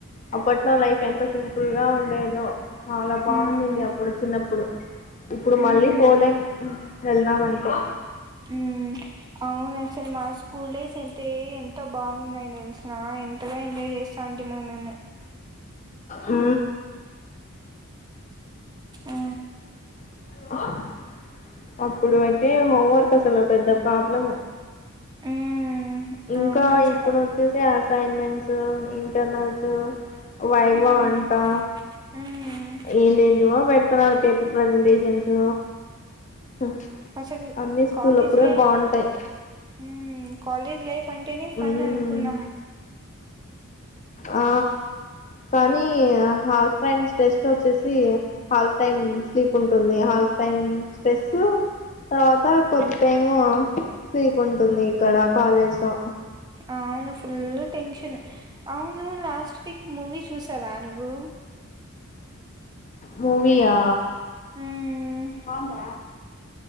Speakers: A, on the left; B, on the right.
A: అప్పట్లో లైఫ్ ఎంత సింపుల్ గా ఉన్ లేదు చాలా
B: హ్మ్
A: బాగుండింది అప్పుడు చిన్నప్పుడు ఇప్పుడు
B: హ్మ్
A: మళ్ళీ పోలెం వెళ్దామంతే
B: ఊ.. అవును ఆసలు మా స్కూల్ డేస్ అయితే ఎంతో బాగున్నాయ తెలిసిన ఎంతగా ఎంజాయ్ చేస్తాంటిమొ మేము
A: ఊ..
B: ఊ..
A: <inaudible> అప్పుడు అయితే హోంవర్క్ అసలు పెద్ద ప్రాబ్లం
B: హ్మ్
A: ఇంకా
B: అవును అసలు
A: ఇప్పుడు వచ్చేసి అసైన్మెంట్స్ ఇంటర్నల్ ఆ. వైవా
B: హ్మ్
A: అంటా
B: హ్మ్
A: ఏంటి ఏంటివో పెట్ పెడుతున్నారు పేపర్ ప్రజెంటేషన్స్ హ్మ్
B: అసలు
A: అన్నీ స్కూల్
B: కాలేజ్
A: అప్పుడే
B: లైఫ్
A: బాగుంటాయి
B: హ్మ్ కాలేజ్ లైఫ్ <unintelligible> అంటేనే ఫన్
A: ఉమ్
B: అనుకున్నాం
A: ఆ కానీ హాల్ టైం స్టేస్ట్ వచ్చేసి ఆల్ టైం స్లీప్ ఉంటుంది హాల్ టైమ్ స్ట్రెస్సు తర్వాత కొద్ది టైము స్లీపు ఉంటుంది ఇక్కడ కాలేజ్ లో
B: ఆ అవును ఫుల్ టెన్షన్ అవును లాస్ట్ వీక్ మూవీ చూసావా ను ఓ,
A: మూవీయా?
B: హ్మ్
A: బావుందా?